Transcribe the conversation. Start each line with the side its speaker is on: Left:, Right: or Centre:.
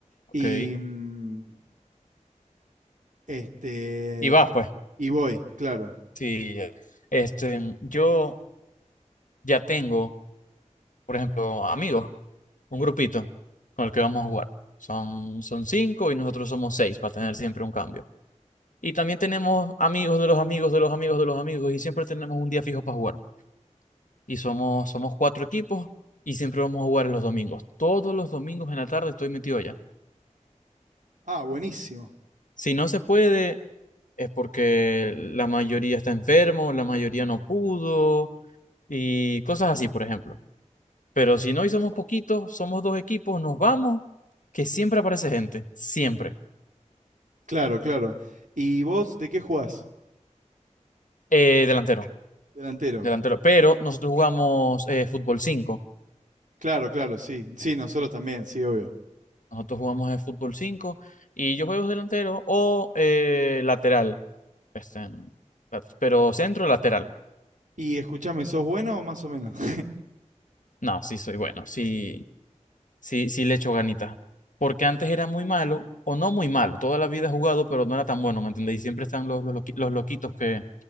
Left: ok.
Right: Y mm, este
Left: Y vas, pues.
Right: y voy, claro.
Left: Sí, ya. este, yo ya tengo, por ejemplo, amigos, un grupito con el que vamos a jugar. Son, son cinco y nosotros somos seis para tener siempre un cambio. Y también tenemos amigos de los amigos de los amigos de los amigos y siempre tenemos un día fijo para jugar. Y somos, somos cuatro equipos y siempre vamos a jugar en los domingos. Todos los domingos en la tarde estoy metido allá.
Right: Ah, buenísimo.
Left: Si no se puede, es porque la mayoría está enfermo, la mayoría no pudo y cosas así, por ejemplo. Pero si no y somos poquitos, somos dos equipos, nos vamos, que siempre aparece gente, siempre.
Right: Claro, claro. ¿Y vos de qué jugás?
Left: Eh, delantero,
Right: Delantero.
Left: delantero. Pero nosotros jugamos eh, fútbol cinco
Right: Claro, claro, sí. Sí, nosotros también, sí, obvio.
Left: Nosotros jugamos de fútbol 5 y yo juego delantero o eh, lateral. Este, en- lat- pero centro lateral.
Right: Y escuchame, ¿sos bueno o más o menos? <laughs>
Left: No, sí soy bueno, sí, sí, sí le echo ganitas. Porque antes era muy malo, o no muy malo, toda la vida he jugado, pero no era tan bueno, ¿me entendéis? Siempre están los, los, loqui- los loquitos que